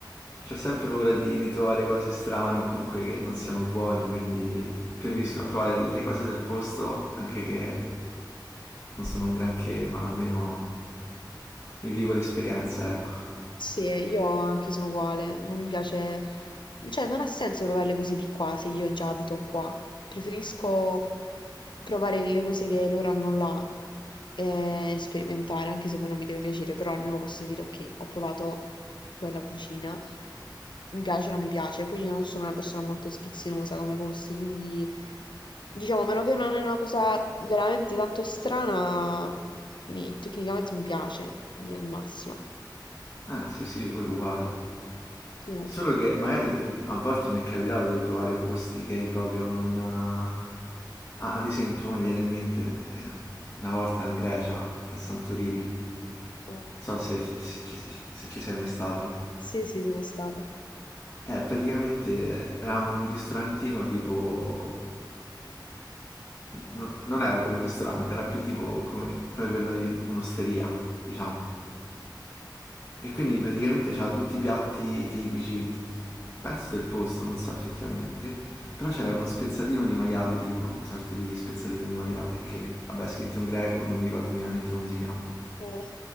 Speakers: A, on the left; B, on the left.
A: ho sempre paura di, di trovare cose strane o comunque che non siano buone, quindi preferisco
B: Mm.
A: provare le cose del posto, anche che non sono un granché, ma almeno mi vivo l'esperienza, ecco.
B: Sì, io anche sono uguale, non mi piace, cioè non ha senso provare le cose di qua se io già abito qua, preferisco provare le cose che loro hanno là e sperimentare, anche se poi non mi deve piacere, però almeno posso dire ok, ho provato quella cucina, mi piace o non mi piace, poi io non sono una persona molto schizzinosa come gusti, quindi diciamo, a meno che non è una cosa veramente tanto strana, mi- tecnicamente mi piace, in linea di massima.
A: Ah, sì, sì, pure uguale.
B: Eh.
A: Solo che magari ti- a volte mi è capitato di trovare posti che proprio non... eh, Ah, ad esempio, mi viene in mente eh, una volta in Grecia, a Santorini, non
B: Eh,
A: so se, ci- se ci se ci sei mai stata.
B: Sì, sì, sono stata.
A: Eh, praticamente eravamo in un ristorantino tipo... no- non era proprio un ristorante, era più tipo come, come per noi un'osteria, diciamo. E quindi praticamente c'era tutti i piatti tipici, penso del posto, non so effettivamente, però c'era uno spezzatino di maiale tipo, una sorta di spezzatino di maiale, che vabbè è scritto in greco, non mi ricordo minimamente come si chiama,
B: Eh,